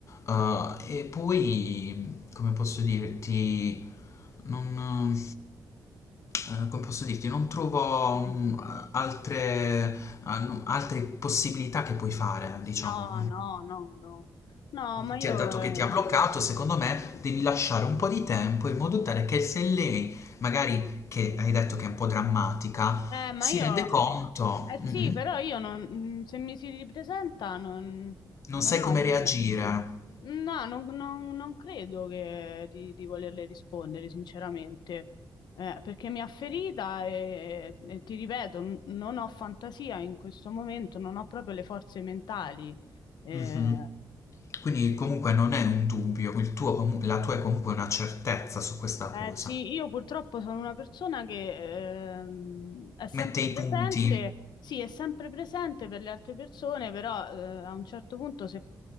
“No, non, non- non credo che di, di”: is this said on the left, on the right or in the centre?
Left